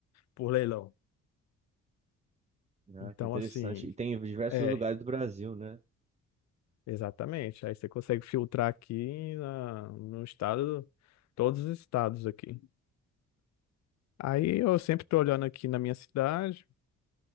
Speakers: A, on the left; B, on the right.
A: por leilão.
B: Ah,
A: Então,
B: que interessante.
A: assim,
B: E tem em diversos
A: é,
B: lugares do Brasil, né?
A: exatamente. Aí você consegue filtrar aqui na, no estado, todos os estados aqui. Aí eu sempre tô olhando aqui na minha cidade,